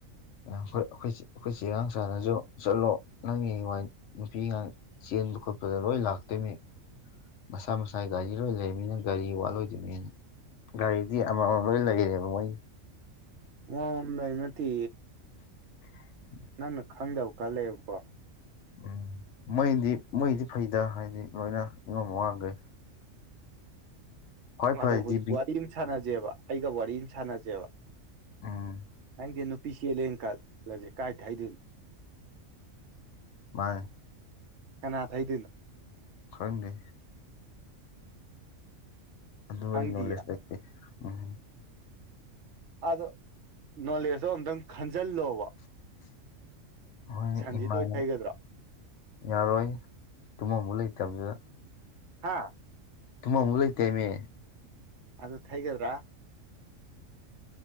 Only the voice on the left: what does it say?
ꯑꯩꯈꯣꯏ ꯆꯦ ꯏꯔꯥꯡ ꯆꯥꯅꯁꯨ ꯆꯠꯂꯣ ꯅꯪꯒꯤ ꯅꯨꯄꯤꯥꯡ ꯆꯦꯟꯕ ꯈꯣꯠꯄꯗ ꯂꯣꯏ ꯂꯥꯛꯇꯣꯏꯅꯤ ꯃꯁꯥ ꯃꯁꯥ ꯒꯥꯔꯤ ꯂꯣꯏ ꯂꯩꯃꯤꯅꯤꯅ ꯒꯥꯔꯤ ꯋꯥꯠꯂꯣꯏꯗꯅꯤꯅ ꯒꯥꯔꯤꯗꯤ ꯑꯃ ꯑꯃ ꯂꯣꯏ ꯂꯩꯔꯦꯕ ꯃꯣꯏ
<inaudible>
ꯎꯝ ꯃꯩꯗꯤ ꯃꯩꯗꯤ ꯐꯩꯗ ꯍꯥꯏꯗꯤ ꯂꯣꯏꯅ ꯏꯪꯉꯣꯝ ꯋꯥꯥꯡꯈꯩ ꯈ꯭ꯋꯥꯏ
ꯐꯔꯤꯗꯤ
ꯎꯝ
ꯃꯥ
ꯈꯗꯤ ꯑꯗꯨ
ꯑꯩ ꯅꯣꯂꯦꯖ ꯂꯩꯇꯦ ꯎꯝ
ꯃꯣꯏꯅ
ꯏꯃꯥꯟꯅ
ꯌꯥꯔꯣꯏ ꯇꯃꯕꯨ ꯂꯩꯇꯕꯤꯗ
ꯇꯨꯝꯕꯝꯕꯧ ꯂꯩꯇꯦꯃꯤ